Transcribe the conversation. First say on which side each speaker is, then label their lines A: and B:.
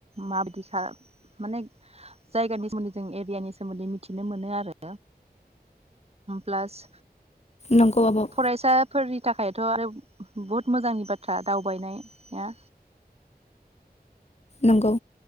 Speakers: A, on the right; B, on the left.
A: माबायदिखा माने जायगानि सोमोन्दै जों एरियानि सोमोन्दै मिथिनो मोनो आरो प्लास
B: नंगौ आब'
A: फरायसाफोरनि थाखाय थ' आरो बुहुत मोजांनि बाथ्रा दावबायनाया
B: नंगौ